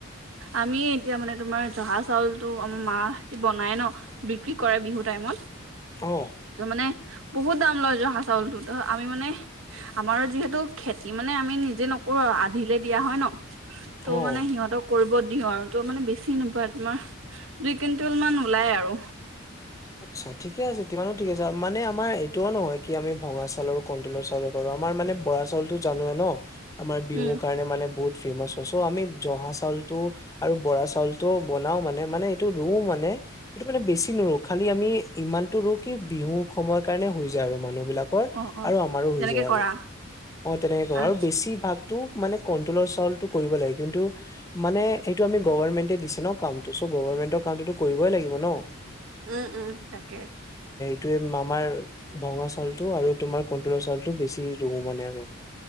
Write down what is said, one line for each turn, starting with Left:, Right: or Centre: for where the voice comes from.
Right: আমি এতিয়া মানে তোমাৰ জহা চাউলটো আমাৰ মাহাহতি বনাই ন' বিক্ৰী কৰে বিহু টাইমত।
Left: অ
Right: ত 'মানে বহুত দাম লয় জহা চাউলটোত, আমি মানে আমাৰ যিহেতু খেতি মানে আমি নিজে নকৰো আধিলে দিয়া হয় ন তই
Left: অ
Right: মানে সিহঁতক কৰিব দিওঁ আৰু তোৰ মানে বেছি নপৰে তোমাৰ দুই কুইণ্টেল মান ওলাই আৰু
Left: আচ্ছা ঠিকে আছে তিমানো ঠিক আছে আৰু মানে আমাৰ এইটো নহয় কি আমি ভঙা চাউল আৰু কন্তলৰ চাউলেৰে কৰো আমাৰ মানে বৰা চালতো জানো ন, আমাৰ বিহু
Right: উম
Left: কাৰণে মানে বহুত ফেমাচ হয় চ। ' আমি জহা চাউলটো আৰু বৰা চাউলটো বনাও মানে মানে এইটো ৰুও মানে সেইটো মানে বেছি নৰো, খালি আমি ইমানটো ৰো কি বিহু সময়ৰ কাৰণে হৈ যায় আৰু মানুহবিলাক ক
Right: অ অ
Left: আৰু আমাৰো হৈ
Right: তেনেকে
Left: যায় আৰু
Right: কৰা
Left: অ তেনেকে কৰো
Right: আচ্ছা
Left: আৰু বেছি ভাগ মানে কন্ট্ৰলৰ চাউলটো কৰিব লাগে কিন্তু মানে সেইটো আমি গমেন্টে দিছে কাম টো গভমেন্টৰ কামটোতো কৰিবই লাগিব ন।
Right: উম উম তাকে
Left: তে মমাৰ ভঙা চাউলটো আৰু তোমাৰ কণ্টলৰ চাউটো বেছি ৰুও মানে আৰু